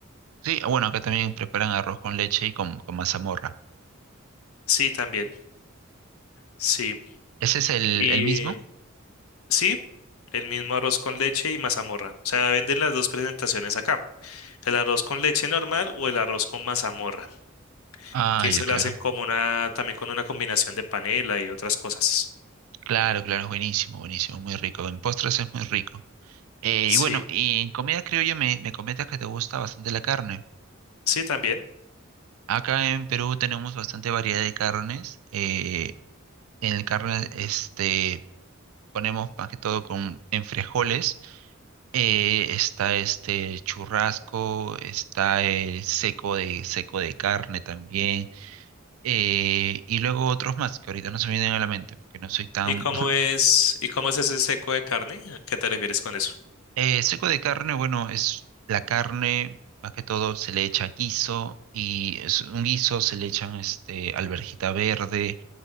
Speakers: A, on the right; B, on the left.
A: Sí, bueno, acá también preparan arroz con leche y con, con mazamorra.
B: Sí, también. Sí.
A: ¿Ese es el,
B: Y
A: el mismo?
B: sí, el mismo arroz con leche y mazamorra. O sea, venden las dos presentaciones acá. El arroz con leche normal o el arroz con mazamorra.
A: Ah,
B: Que eso
A: ya, claro.
B: lo hacen como una, también con una combinación de panela y otras cosas.
A: Claro, claro, es buenísimo, buenísimo, muy rico. En postres es muy rico. Eh,
B: Sí,
A: y bueno, y en comida criolla me, me comentas que te gusta bastante la carne.
B: sí, también.
A: Acá en Perú tenemos bastante variedad de carnes. eh, En el carro, este, ponemos más que todo con, en frijoles. eh, está este churrasco, está el seco de, seco de carne también. eh, y luego otros más que ahorita no se me vienen a la mente porque no soy tan...
B: ¿Y cómo
A: <laughs>
B: es, y cómo es ese seco de carne? ¿A qué te refieres con eso?
A: Eh, seco de carne, bueno, es la carne, más que todo se le echa guiso y es un guiso se le echan este, alverjita verde